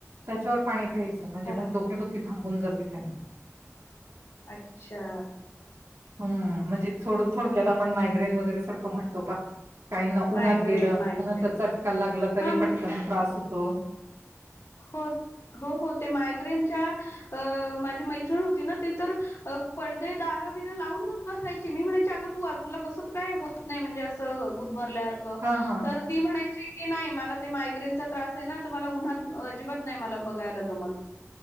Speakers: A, on the right; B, on the left.
A: त्याच्यावर पाणी... पैस म्हणजे
B: हां,
A: ग डोक्या दुखे... थांबून जाते त्याने...
B: अच्छा...
A: हम म्हणजे थोड थोडक्यात आपण मायग्रेन वगैरे सरकतो... म्हणतो प... काही ना
B: मायग्रेन,
A: उन्हात गेलं
B: मायग्रेन.
A: उन्हाचा चटका लागला तरी
B: हां, म्हणजे
A: पटकन त्रास होत.. तो...
B: हो हो हो ते मायग्रेनच्या.... अ माझी मैत्रीन होती ना ते तर पडदे दारं बरं लावूनच बसायची मी म्हणायची अगं तू तुला कसं काय होत नाही म्हणजे असं गुदमर...
A: हा हा
B: तर ती म्हणायची... नाही मला ते मायग्रेनचा त्रास आहे ना मला उन्हात.. अजिबात नाही मला बघायला जमत...